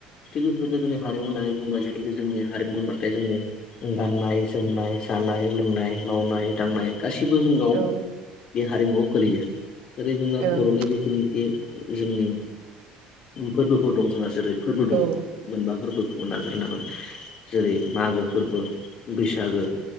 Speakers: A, on the left; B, on the right.
A: थिग बेफोरबायदिनो जोंनि हारिमु होननानै बुङोबा जितु जोंनि हारिमु होनबाथाय जोंनि गाननाय जोमनाय, जानाय लोंनाय, मावनाय दांनाय, गासिबो जोंनाव
B: औ
A: बे हारिमुवाव गोलैयो। जेरै जोंना
B: ओं
A: बर'नि जिथुनोखि जोंनि फोरबोफोर दं जोंहा जेरै फोरबो दं
B: औ
A: मोनबा फोरबोखौ लाग्रोनांगोन। जेरै मागो फोरबो बैसागो,